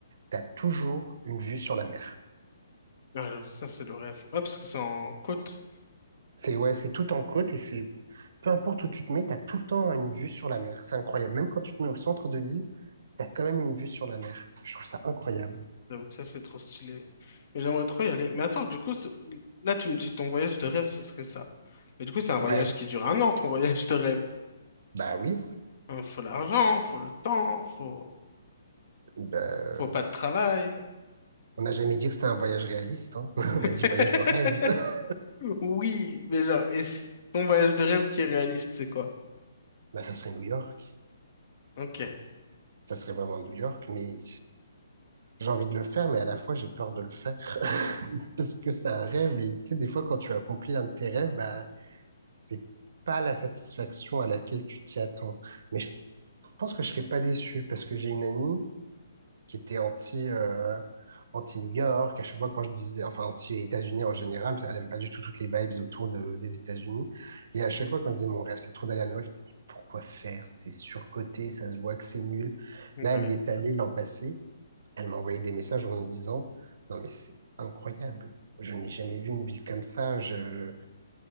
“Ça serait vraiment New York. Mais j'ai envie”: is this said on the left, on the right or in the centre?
Right